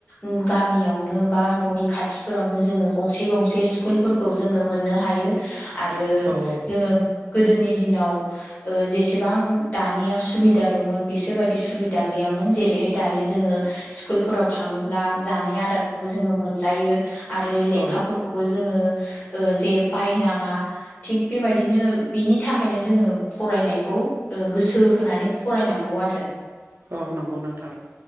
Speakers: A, on the left; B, on the right.
A: उम गामियावनो बा न'नि खाथिफोरावनो जों गंसे गं सेच स्कूल फोरखो जों मोन्नो हायो आरो
B: औ
A: जों गोदोनि दिनाव औ जेसेबां दानिया सुबिद दामोन बेसोरबादि सुबिदा गैय़ामोन जेरैहाय दायो जोंङो स्कूलफोराव थाङोब्ला जानाय आदारखौबो जोंङो मोनजायो आरो लेखाफोरखौबो
B: औ
A: जोंङो ओ जे बायनाङा थिग बेबायदिनो बिनि था खायनो जों फरायनायखौ गोसो होनानै फरायनांगौ आरो
B: औ नंगौ नोंथां